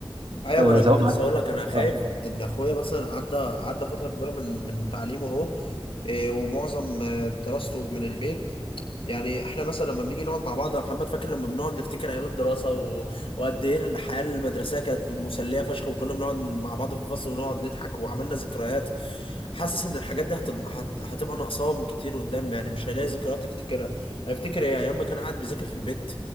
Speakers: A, on the left; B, on the right.
A: ايوه
B: آه،
A: ما انا
B: سواء
A: كنت
B: مع
A: لسه هقول لك انا خايف
B: اه
A: ان اخويا مثلا عدى عدى فتره كبيره من من تعليمه اهو إيه، ومعظم آه، دراسته من البيت يعني احنا مثلا لما بنيجي نقعد مع بعض يا محمد فاكر لما بنقعد نفتكر ايام الدراسه و... وقد ايه الحياه المدرسيه كانت مسليه فشخ وكنا بنقعد مع بعض في الفصل ونقعد نضحك وعملنا ذكريات حاسس ان الحاجات دي هت... هت... هتبقى ناقصاهم كتير قدام يعني مش هيلاقي ذكريات يفتكرها هيفتكر ايه ايام ما كان قاعد بيذاكر في البيت